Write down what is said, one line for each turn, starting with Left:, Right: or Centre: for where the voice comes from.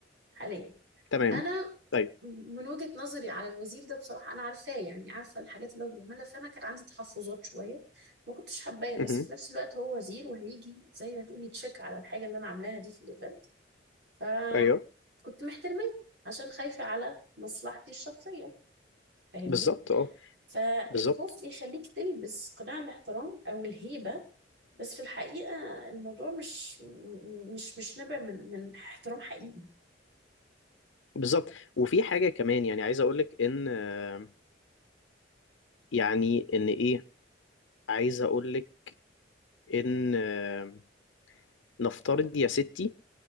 Right: حاليا
Left: تمام
Right: انا
Left: ايوه
Right: من وجهة نظري على الوزير ده بصراحة أنا عارفاه يعني عارفة الحاجات اللي هو بيعملها فأنا كان عندي تحفظات شوية ما كنتش حباه
Left: أمم،
Right: بس في نفس الوقت هو وزير وهيجي زي ما تقولي يتشيك على الحاجة اللي أنا عاملاها دي في الإيفنت فكنت
Left: ايوه
Right: محترماه عشان خايفة على مصلحتي الشخصية فاهمني
Left: بالظبط اه
Right: فالخوف
Left: بالظبط
Right: بيخليك تلبس قناع الاحترام أو الهيبة بس في الحقيقة الموضوع مش مش مش نابع من من احترام حقيقي
Left: بالظبط وفي حاجة كمان يعني عايز أقولك إن آه، يعني إن إيه عايز أقولك إن آه، نفترض يا ستي